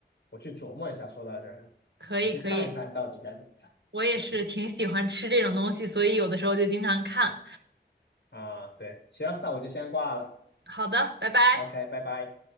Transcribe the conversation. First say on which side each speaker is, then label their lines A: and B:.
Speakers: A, on the left (about 70°); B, on the right (about 80°).
A: 我去琢磨一下。说到这儿，
B: 可以，
A: 我去看一看到底该怎么样。
B: 可以，我也是挺喜欢吃这种东西，
A: 行。
B: 所以有的时候就经常看。
A: 啊，对，行，那我就先挂了。
B: 好的，拜拜。
A: OK，拜拜。